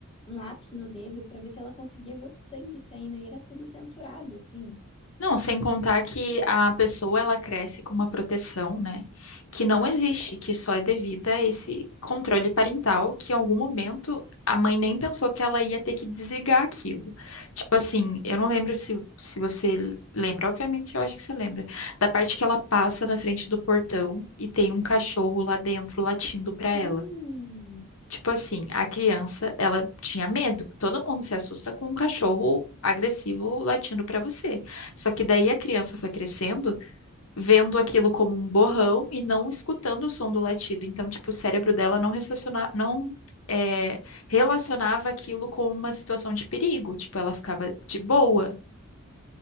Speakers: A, on the left (about 25°); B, on the left (about 65°).
A: um lápis no dedo pra ver se ela conseguia ver o sangue saindo e era tudo censurado, assim.
B: Não, sem contar que a pessoa ela cresce com uma proteção, né, que não existe, que só é devida a esse controle parental, que em algum momento a mãe nem pensou que ela ia ter que desligar aquilo. Tipo assim, eu não lembro se, se você lembra, obviamente eu acho que você lembra, da parte que ela passa na frente do portão e tem um cachorro lá dentro latindo pra ela.
A: Sim.
B: Tipo assim, a criança, ela tinha medo. Todo mundo se assusta com um cachorro agressivo latindo pra você. Só que daí a criança foi crescendo, vendo aquilo como um borrão e não escutando o som do latido. Então, tipo, o cérebro dela não relaciona, não é, relacionava aquilo com uma situação de perigo. Tipo, ela ficava de boa.